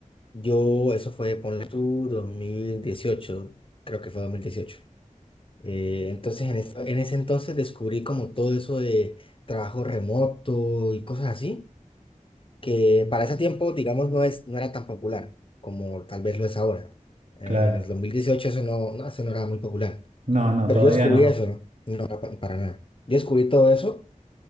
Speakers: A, on the left (about 40°); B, on the right (about 65°).
A: yo, eso fue, ponle tú, dos mil dieciocho creo que fue dos mil dieciocho Eh, entonces, en, esta- en ese entonces descubrí como todo eso de trabajo remoto y cosas así, que para ese tiempo, digamos, no es, no era tan popular como tal vez lo es ahora. Eh,
B: claro.
A: en el 2018 eso no, no, eso no era muy popular.
B: No, no,
A: Pero
B: todavía
A: yo descubrí
B: no.
A: eso, ¿no? No era pa- para nada. Yo descubrí todo eso